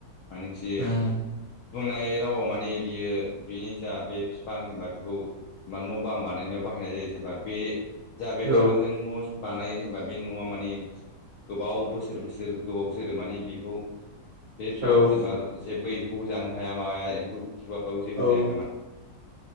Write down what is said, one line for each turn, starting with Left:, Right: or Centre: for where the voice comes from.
Left: मानो खि
Right: उम
Left: बुंनाय रावाव माने बियो बिनि जा बे बिफां जेनेबा बेखौ न' बांं बानायनायाव बाहायनाय जायो जेनबा बे जा बे
Right: औ
Left: बिफांजों न' बानायो जेनेबा बे न'आ मानिे गोबाव बोसोर बोसोर गोबाव जोरो माने बेखौ बे फिफांखौ
Right: औ
Left: जेनेबा जेबो एम्फौबो जानो हाया माबाया एम्फौ खुराबो जेबो
Right: औ
Left: जाया माने